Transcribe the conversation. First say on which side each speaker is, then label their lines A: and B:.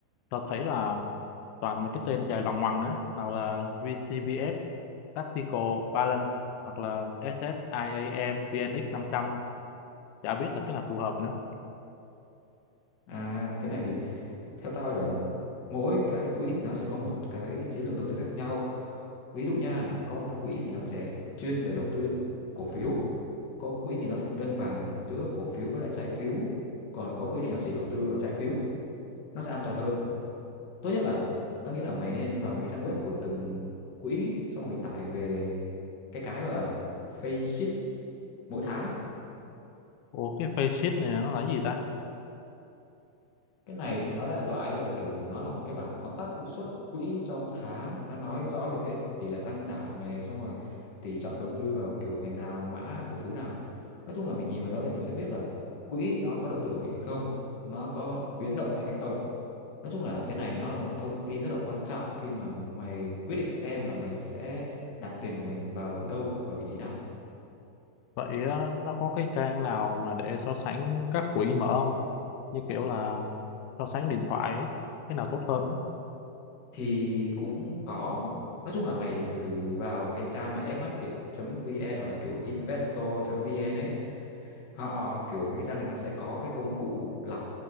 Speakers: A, on the left; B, on the left.
A: Tao thấy là toàn mấy cái tên dài loằng ngoằng á, nào là VCBF Tactical Balance hoặc là SSIAM VNX 500 chả biết là cái nào phù hợp nữa
B: à cái này thì theo tao là mỗi cái quỹ thì nó sẽ có một cái chiến lược đầu tư khác nhau ví dụ nha có một quỹ thì nó sẽ chuyên về đầu tư bên cổ phiếu có quỹ thì nó sẽ cân bằng giữa cổ phiếu với lại trái phiếu còn có quỹ thì nó chỉ đầu tư vào trái phiếu nó sẽ an toàn hơn tốt nhất là tao nghĩ là mày nên vào mấy cái trang web của từng quỹ xong rồi mày tải về cái cái gọi là face sheet mỗi tháng ấy.
A: Ủa cái face sheet này nó là cái gì ta
B: Cái này thì nó đại loại là kiểu nó là một cái bảng tóm tắt hiệu suất quỹ trong tháng nó nói rõ về cái tỷ lệ tăng giảm này xong rồi tỷ trọng đầu tư vào kiểu ngành nào mã cổ phiếu nào nói chung là mình nhìn vào đó thì mình sẽ biết là quỹ nó có đầu tư ổn định hay không nó có biến động mạnh hay không Nói chung là cái này nó là một thông tin rất là quan trọng khi mà mày quyết định xem là mày sẽ đặt tiền của mình vào đâu và vị trí nào.
A: vậy ờ, nó có cái trang nào mà để so sánh các quỹ mở không như kiểu là so sánh điện thoại ấy, cái nào tốt hơn á
B: Thì cũng có, nói chung là mày thử vào cái trang mà fmarket.vn hoặc là kiểu investor.vn ấy, họ kiểu mấy cái trang này nó sẽ có cái công cụ lọc